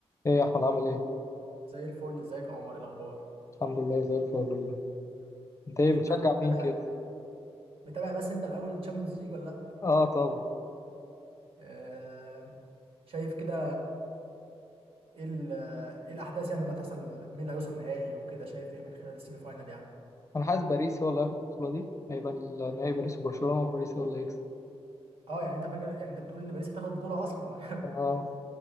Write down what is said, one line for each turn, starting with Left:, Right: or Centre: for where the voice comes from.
Left: ايه يا احمد عامل ايه
Right: زي الفل ازيك يا عمر إيه الاخبار
Left: الحمد لله زي الفل والله انت ايه
Right: ايه
Left: بتشجع
Right: الدنيا
Left: مين
Right: متابع
Left: كده
Right: ال- متابع بس انت الاول تشامبيونز ليج ولا لا
Left: اه طب
Right: آه... شايف كده ايه ال... ايه الاحداث يعني اللي هتحصل مين اللي هيوصل نهائي وكده شايف ايه من خلال السيمي فاينال يعني
Left: انا حاسس باريس هو اللي هياخد البطوله دي هيبقى النهائي باريس وبرشلونه وباريس هو اللي هيكسب
Right: اه يعني انت فاكر يعني انت بتقول ان باريس هتاخد بطولة اصلا <laughs>
Left: اه